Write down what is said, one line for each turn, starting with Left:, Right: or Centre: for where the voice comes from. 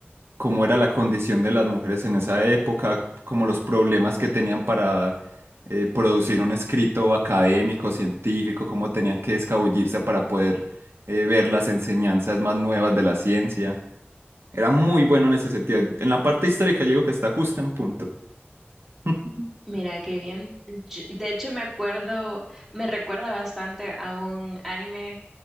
Right: cómo era la condición de las mujeres en esa época, como los problemas que tenían para eh, producir un escrito académico, científico, cómo tenían que escabullirse para poder eh, ver las enseñanzas más nuevas de la ciencia. Era muy bueno en ese sentido. En la parte histórica yo digo que está justo en punto. <laughs>
Centre: Mira, qué bien. Yo- de hecho, me acuerdo, me recuerda bastante a un anime,